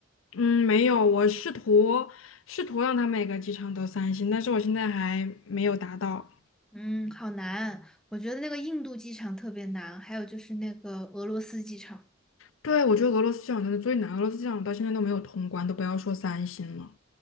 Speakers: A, on the left; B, in the centre.
A: 嗯，没有，我试图试图让它每个机场都三星，但是我现在还没有达到。
B: 嗯，好难。我觉得那个印度机场特别难，还有就是那个俄罗斯机场
A: 对，我觉得俄罗斯机场真的最难，俄罗斯机场我到现在都没有通关，都不要说三星了。